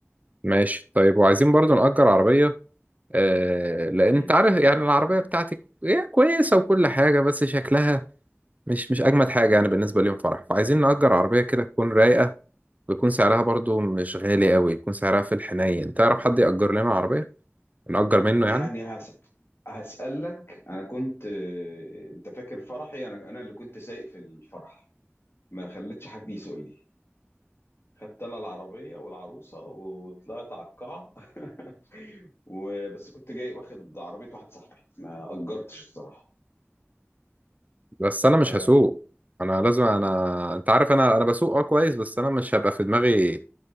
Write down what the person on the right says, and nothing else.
ماشي طيب وعايزين برضو نأجر عربية آه لأن
انت عارف يعني العربية بتاعتك هي كويسة وكل حاجة بس شكلها مش مش اجمد حاجه يعني بالنسبه ليوم فرح فعايزين نأجر عربيه كده تكون رايقه ويكون سعرها برضو مش غالي قوي يكون سعرها في الحنين تعرف حد يأجر لنا عربيه نأجر منه
يعني
بس انا مش
هسوق انا لازم انا انت عارف انا انا بسوق اه كويس بس انا مش هبقى في دماغي